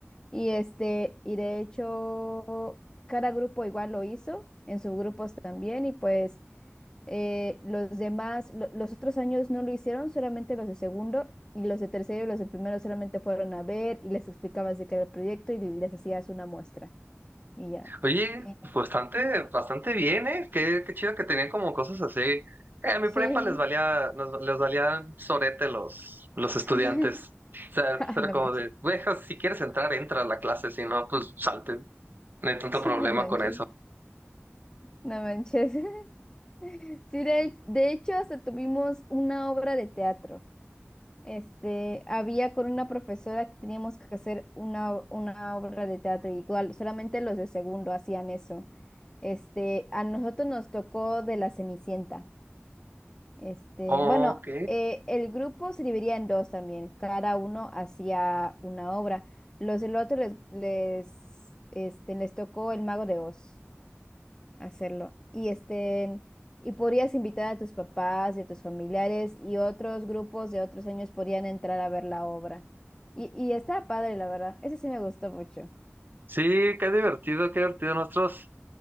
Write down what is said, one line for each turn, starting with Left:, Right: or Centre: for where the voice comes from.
Left: Y este, y de hecho, cada grupo igual lo hizo, en sus grupos también, y pues eh, los demás, lo- los otros años no lo hicieron, solamente los de segundo. Y los de tercero y los de primero solamente fueron a ver y les explicabas de qué era el proyecto y les hacías una muestra. Y ya.
Right: Oye,
Left: Eh,
Right: pues, bastante, bastante bien, ¿eh? Qué, qué chido que tenían como cosas así. Eh, En mi
Left: Sí.
Right: prepa les valía, nos- les valían sorete los, los estudiantes.
Left: <laughs>
Right: O sea,
Left: Ah,
Right: pues, era
Left: No
Right: como
Left: me
Right: de, güey, ja, si quieres entrar, entra a la clase, si no, pues salte. No hay tanto
Left: <laughs>
Right: problema
Left: No manches,
Right: con eso.
Left: no manches. <laughs> Sí, de, de hecho, hasta tuvimos una obra de teatro. Este, había con una profesora que teníamos que hacer una, una obra de teatro, igual, solamente los de segundo hacían eso. Este, a nosotros nos tocó de la Cenicienta. Este,
Right: Ok.
Left: bueno, eh, el grupo se dividía en dos también, cada uno hacía una obra. Los del otro les, les, este, les tocó el Mago de Oz. hacerlo. Y estén, y podrías invitar a tus papás y a tus familiares y otros grupos de otros años podrían entrar a ver la obra. Y, y está padre, la verdad. Ese sí me gustó mucho.
Right: Sí, qué divertido, qué divertido. Nosotros,